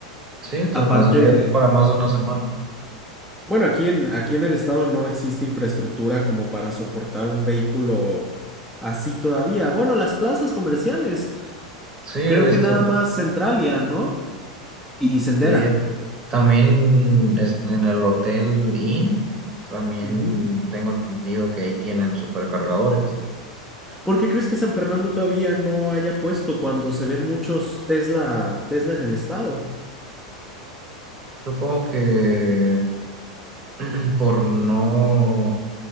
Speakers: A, on the right (about 25°); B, in the centre.
A: Sí, te
B: Aparte,
A: alcanzaría para más de una semana.
B: bueno, aquí en, aquí en el estado no existe infraestructura como para soportar un vehículo así todavía. Bueno, las plazas comerciales,
A: Sí, este.
B: creo que nada más Centralia, ¿no? Y Sendera.
A: Eh, también es- en el Hotel Inn, también
B: Ujú.
A: tengo entendido que ahí tienen supercargadores.
B: ¿Por qué crees que San Fernando todavía no haya puesto cuando se ven muchos Tesla, Tesla en el estado?
A: Supongo que <clears throat> por no